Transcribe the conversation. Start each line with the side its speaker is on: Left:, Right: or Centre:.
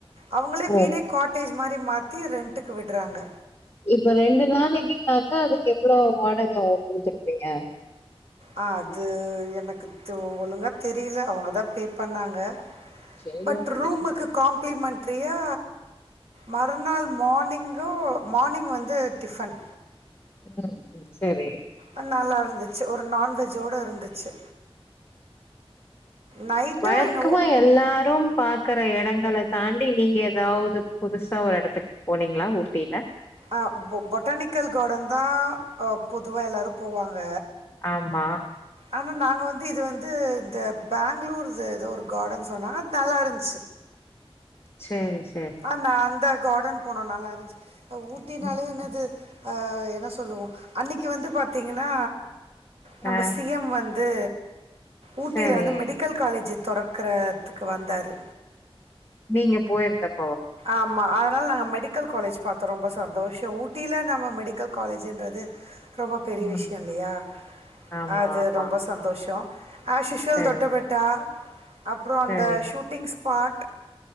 Right: அவங்களே
Left: ஓ
Right: வீடே காட் டேஜ் மாரி மாத்தி ரெண்ட்டுக்கு விட்றாங்க
Left: இப்ப ரெண்டு நாளைக்குனாக்க அதுக்கு எவ்ளோ வாடக அ குடுத்துருப்பீங்க
Right: ஆ அது எனக்கு தோ ஒழுங்கா தெரியில அவங்கதா பே பண்ணாங்க
Left: சரி
Right: பட்
Left: ஓகே
Right: ரூமுக்கு காம்ப்ளிமென்ட்ரியா மறுநாள் மார்னிங்கு மார்னிங் வந்து டிஃபன்
Left: உம் செரி
Right: அ நல்லா இருந்துச்சு ஒரு நான்வெஜ்ஜோட இருந்துச்சு நைட்டோ
Left: வழக்கமா
Right: என்னவோ
Left: எ எல்லாரு பாக்கற எடங்கள தாண்டி நீங்க ஏதாவது புதுசா ஒரு எடத்துக்கு போனீங்களா ஊட்டில
Right: ஆ பொ பொட்டானிக்கல் கார்டன் தா பொதுவா எல்லாரு போவாங்க
Left: ஆம்மா
Right: ஆனா நாங்க வந்து இது வந்து இந்த பேங்களூர்து ஏதோ ஒரு கார்டன் சொன்னாங் நல்லா இருன்ச்சு
Left: சேரி சே
Right: ஆ நா அந்த கார்டன் போனோ நல்லா இருன்ச்சு அ ஊட்டினாலயே
Left: ம்
Right: என்னது ஆ என்ன சொல்லுவோ அன்னிக்கு வந்து பாத்தீங்கனா நம்ம
Left: ஆ
Right: சி எம் வந்து ஊட்டில
Left: சரி
Right: வந்து மெடிக்கல் காலேஜ்ஜு தெறக்கறதுக்கு வந்தாரு
Left: நீங்க போயிருந்தப்
Right: ஆமா அதனால நாங்க மெடிக் மெடிக்கல் காலேஜ்ஜு பாத்தோ ரொம்ப சந்தோஷோ ஊட்டியில நாம மெடிக்கல் காலேஜ்ஜுன்றது ரொம்ப பெரிய
Left: ம்
Right: விஷய இல்லையா
Left: ஆமா
Right: அது
Left: ஆமா
Right: ரொம்ப சந்தோஷ ஆஷ்யூஷல்
Left: சரி
Right: தொட்டபெட் டா அப்புற
Left: சரி
Right: அந்த ஷூட்டிங் ஸ்பாட்